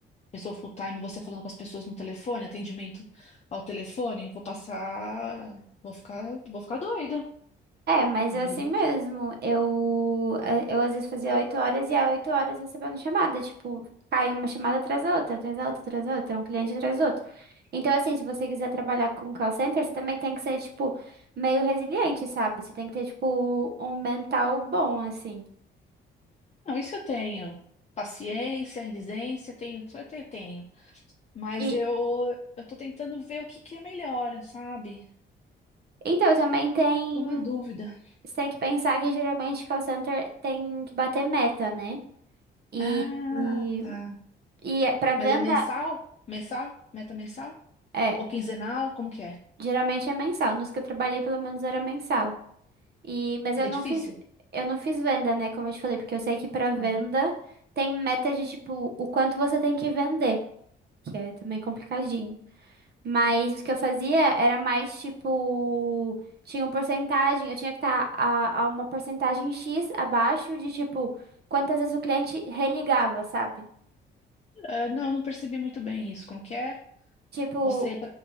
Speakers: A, on the left; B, on the right.
A: Pessoa full-time, você falando com as pessoas no telefone, atendimento ao telefone, vou passar. Vou ficar, vou ficar doida.
B: É, mas
A: Muito
B: é assim
A: bem.
B: mesmo. Eu, eh, eu às vezes fazia oito horas e a oito horas recebendo chamada. Tipo, cai uma chamada atrás da outra, atrás da outra, atrás da outra, um cliente atrás do outro. Então, assim, se você quiser trabalhar com call center, você também tem que ser, tipo, meio resiliente, sabe? Você tem que ter, tipo, um mental bom, assim.
A: Não, isso eu tenho. Paciência, resiliência, tenho, isso eu te- tenho. Mas
B: E
A: eu, eu tô tentando ver o que que é melhor, sabe?
B: então também tem.
A: Eu Tô uma dúvida.
B: Você tem que pensar que geralmente call center tem que bater meta, né? E,
A: Ah,
B: e,
A: tá.
B: e é- pra venda,
A: Mas é mensal? Mensal? Meta mensal?
B: é.
A: Ou quinzenal? Como que é?
B: Geralmente é mensal. Nos que eu trabalhei, pelo menos, era mensal. E, mas
A: E
B: eu
A: é
B: não
A: difícil?
B: fiz, eu não fiz venda, né? Como eu te falei, porque eu sei que pra venda
A: Hum.
B: tem meta de tipo o quanto você tem que vender, que é também complicadinho. Mas o que eu fazia era mais tipo, tinha uma porcentagem, eu tinha que estar a, a uma porcentagem X abaixo de tipo quantas vezes o cliente religava, sabe?
A: Ah, não, não percebi muito bem isso. Como que é?
B: Tipo,
A: Você,